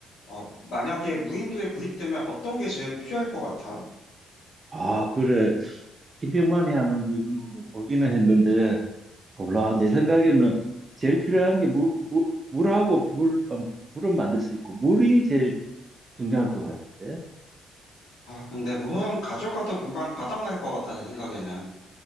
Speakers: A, on the left (about 80°); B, on the right (about 30°).
A: 어, 만약에 무인도에 구입되면 어떤 게 제일 필요할 것 같아?
B: 아, 그래. 김병만이 하는 거 이런 거 뭐 보기는 했는데, 몰라. 내 생각에는 제일 필요한 게 물, 물, 물하고 불, 어, 불은 만들 수 있고, 물이 제일 중요할 것 같은데.
A: 아, 근데 물론 가져가도 금방 바닥날 것 같아, 내 생각에는.